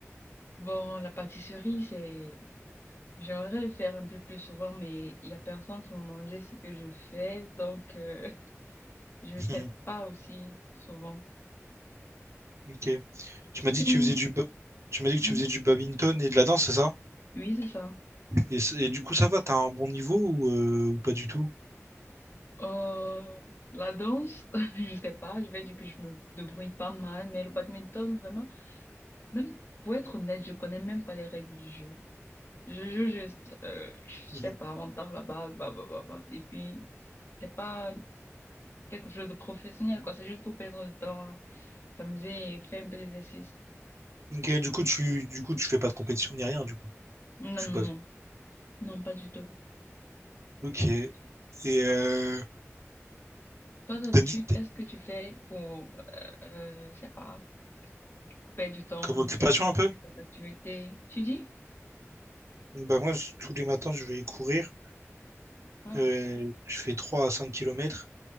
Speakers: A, on the left; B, on the right.
A: bon, la pâtisserie, c'est, j'aimerais le faire un peu plus souvent, mais il y a personne pour manger ce que je fais, donc euh, <laughs> je le fais
B: oui. <laughs>
A: pas aussi souvent.
B: Ok. Tu m'as
A: Sinon,
B: dit que tu faisais du... ba- Tu m'as dit que
A: oui,
B: tu faisais du badminton et de la danse, c'est ça?
A: oui, c'est ça.
B: Et, c- et du coup, ça va, t'as un bon niveau ou, euh, ou pas du tout? <laughs>
A: Euh, la danse, <laughs> je sais pas, je vais dire que je me débrouille pas mal, mais le badminton, vraiment, même pour être honnête, je connais même pas les règles du jeu. Je joue juste, euh, je
B: Mhm.
A: sais pas, on tape la balle, bah, bah, bah, bah. Et puis, c'est pas quelque chose de professionnel, quoi. C'est juste pour perdre le temps, s'amuser et faire un peu d'exercice.
B: Ok, du coup, tu, du coup, tu fais pas de compétition ni rien, du coup,
A: Non,
B: je suppose.
A: non, non. Non, pas du tout.
B: Ok. Et euh,
A: Toi, d'habitude,
B: t'as dit.
A: qu'est-ce que tu fais pour, euh, euh, je sais pas, pour perdre du temps?
B: Comme occupation
A: Est-ce que tu
B: un peu?
A: fais des activités? Tu dis?
B: Bon, Bah moi, je- tous les matins, je vais courir.
A: Waouh.
B: Euh, je fais 3 à 5 kilomètres,